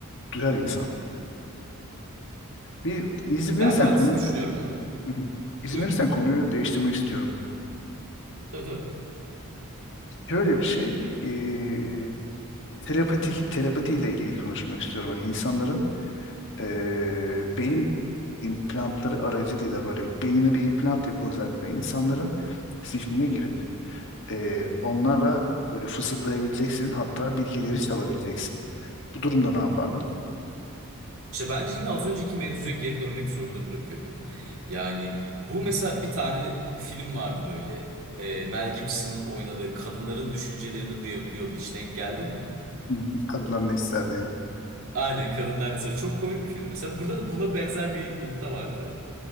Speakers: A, on the left; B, on the right.
A: duyar insan. Bir izin
B: Ben
A: verirsen
B: de aynısını
A: konuyu
B: düşünüyorum abi.
A: Hı hı. izin
B: Buyur.
A: verirsen konuyu değiştirmek istiyorum.
B: Tabii tabii.
A: Şöyle bir şey, e, telepati telepati ile ilgili konuşmak istiyorum. Hani insanların eee, beyin implantları aracılığıyla böyle beynine bir implant yapılacak ve insanların zihnine girip eee, onlara böyle fısıldayabileceksin hatta bilgileri çalabileceksin. Bu durumda ne yapardın?
B: İşte bence yine az önceki mevzuya geri dönmek zorunda bırakıyor beni. Yani bu mesela bir tane film vardı böyle. e, Mel Gibson'ın oynadığı kadınların düşüncelerini duyabiliyordu. Hiç denk geldin mi?
A: Hı hı. Kadınlar ne ister diye.
B: Aynen kadınlar mesela çok komik bir filmdi mesela. Burada da buna benzer bir nokta vardı.